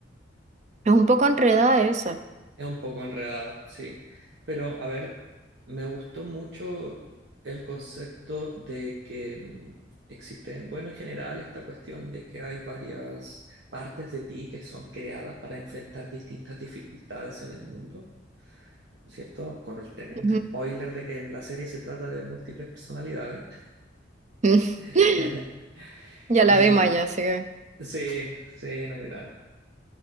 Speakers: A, on the right (about 40°); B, on the right (about 65°).
A: Es un poco enredada esa.
B: es un poco enredada, sí. Pero, a ver, me gustó mucho el concepto de que mm, existen, bueno, en general, esta cuestión de que hay varias partes de ti que son creadas para enfrentar distintas dificultades en el mundo. ¿cierto? Con el tremendo
A: Ujú.
B: spoiler de que en la serie se trata de múltiples personalidades.
A: <laughs>
B: <laughs>
A: Ya la
B: Y
A: vimos ya, así que
B: sí, sí, no hay drama.